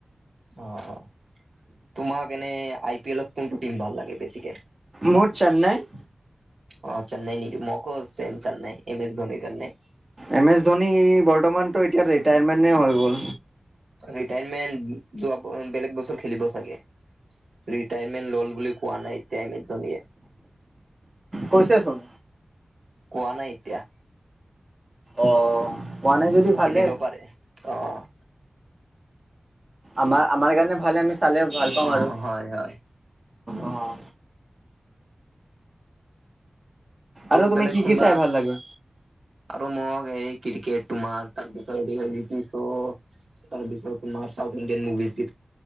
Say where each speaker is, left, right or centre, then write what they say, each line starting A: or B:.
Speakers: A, on the right (about 80°); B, on the right (about 35°).
A: অ', তোমাক এনে আই পি এলত কোনটো টিম ভাল লাগে বেছিকে?
B: মোৰ চেন্নাই।
A: অ', চেন্নাই নেকি মোক' ছেম চেন্নাই এম এছ ধনীৰ কাৰণে।
B: এম এছ ধোনী বৰ্তমানতো এতিয়া ৰিটায়াৰমেণ্টেই হৈ গ'ল।
A: ৰিটায়াৰমেন্ট যোৱা বেলেগ বছৰ খেলিব চাগে। ৰিটায়াৰমেন্ট লোৱা বুলি কোৱা নাই। এম এছ ধোনীয়ে
B: কৈছেচোন
A: কোৱা নাই এতিয়া।
B: অ', কোৱা নাই যদি ভালে।
A: খেলিব পাৰে অ'।
B: আমাৰ- আমাৰ কাৰণে ভাল আমি চালে ভাল পাম
A: অ',
B: আৰু।
A: হয়, হয়।
B: অ আৰু
A: বেলেগ
B: তুমি কি
A: কোনোবা
B: কি চাই ভাল লাগে।
A: আৰু মোক এই ক্ৰিকেট তোমাৰ তাৰপিছত <unintelligible> চ' তাৰ পিছত তুমাৰ চাউথ ইণ্ডিয়ান মুভিজ